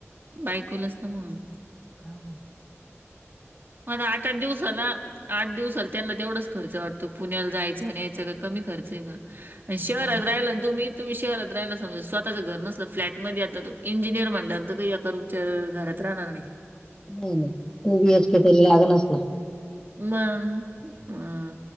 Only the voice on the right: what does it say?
बायकोलाच ना म्हणून!
मला आठ आठ दिवसाला आठ दिवसला त्यांना तेवढाच खर्च वाटतो पुण्याला जायचं आणि यायचं काय कमी खर्च आहे का? आणि शहरात
राहिला ना तुम्ही तुम्ही शहात राहिला समजा स्वःचं घर नसल फ्लॅटध्ये आता त इंजिनियर म्हणल्यानंतर काय रूम च्या घरात राहणार नाही.
मग अ,